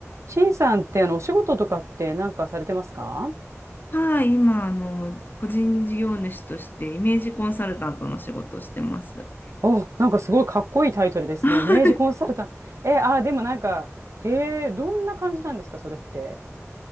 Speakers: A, on the right; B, on the left.
A: C さんってあのお仕事とかってなんかされてますか
B: はい、今、あの、個人事業主としてイメージコンサルタントの仕事をしてます。
A: お、なんかすごいかっこいいタイトルですね。
B: <laughs> はい
A: イメージコンサルタント。え、あ、でもなんか、へえ、どんな感じなんですか、それって。